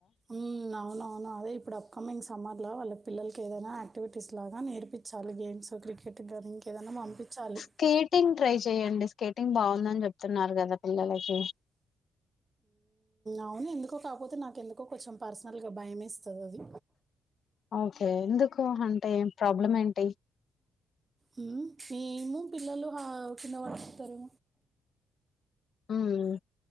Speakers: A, on the right; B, on the left.
A: ఉ అవున అవును అదే ఇప్పుడు అప్కమింగ్ సమ్మర్ లో వాళ్ళ పిల్లలకి ఏదైనాక్టివిటీస్ లాగా నేర్పించాలి గేమ్స్ క్రికెట్ గాని ఇంకేదైనా పంపించాలి.
B: స్కేటింగ్ ట్రై చెయడి స్కేటింగ్ బాగుందని చెప్ వస్తున్నారు కదా పిల్లలకి
A: అవును ఎందుకో కాకపోతే నాకు ఎందుకో కొంచెం పర్సనల్గా భయమే ఇస్తుంది అది
B: ఓకే ఎందుకు అంటే ప్రాబ్లం ఏంటి
A: హ్మ్. ఏమో పిల్లలు ఆ కింద పడుకుంటారు
B: ఉమ్